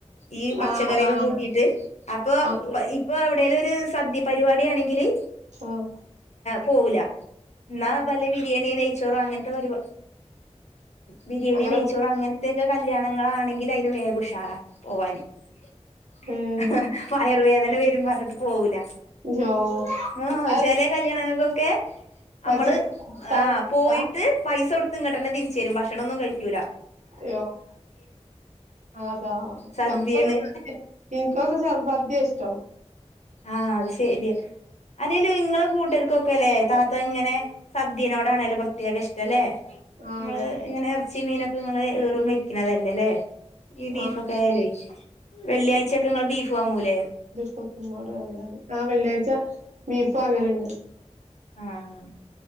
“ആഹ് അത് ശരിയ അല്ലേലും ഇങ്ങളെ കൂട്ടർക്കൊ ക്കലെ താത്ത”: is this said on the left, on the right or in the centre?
Left